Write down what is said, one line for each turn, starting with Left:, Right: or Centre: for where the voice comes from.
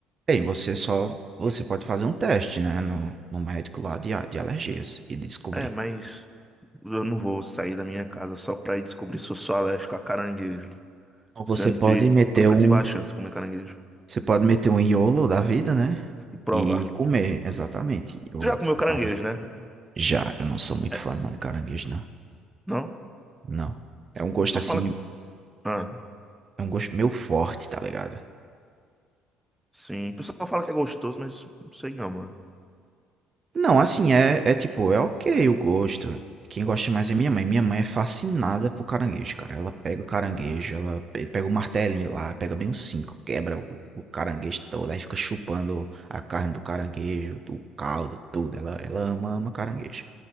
Right: Bem, você só você pode fazer um teste, né, no, no médico lá de, a- de alergias e descobrir.
Centre: É, mas eu não vou sair da minha casa só pra ir descobrir se eu sou alérgico a caranguejo.
Right: Ou você
Centre: Sendo
Right: pode
Centre: que
Right: meter
Centre: eu nunca
Right: um,
Centre: tive a chance de comer caranguejo
Right: você pode meter um iolo da vida, né?
Centre: e provar.
Right: E comer, exatamente, o
Centre: Tu já comeu
Right: camarão.
Centre: caranguejo, né?
Right: Já, eu não sou muito
Centre: É,
Right: fã não, de caranguejo, não.
Centre: não?
Right: Não. É um gosto
Centre: Só
Right: assim,
Centre: fala. Ah.
Right: é um gosto meio forte, tá ligado?
Centre: Sim, o pessoal fala que é gostoso, mas não sei não, mano.
Right: Não, assim, é, é tipo, é ok o gosto. Quem gosta mais é minha mãe. Minha mãe é fascinada por caranguejo, cara. Ela pega o caranguejo, ela pe- pega o martelinho lá, pega bem uns cinco, quebra o, o caranguejo todo, aí fica chupando a carne do caranguejo, o caldo, tudo. Ela, ela ama, ama caranguejo.